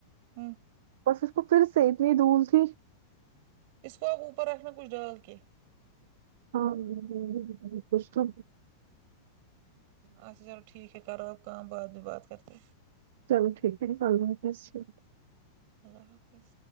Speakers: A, on the right; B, on the right.
A: ہوں
B: بس اس کو پھر سے اتنی دھول تھی
A: اس کو اب اوپر رکھنا کچھ ڈال کے
B: آ ہم کچھ توہ
A: اچھا چلو ٹھیک ہے کرو آپ کام بعد میں بات کرتے
B: چلو ٹھیک ہے اللہ حافظ چے
A: اللہ حافظ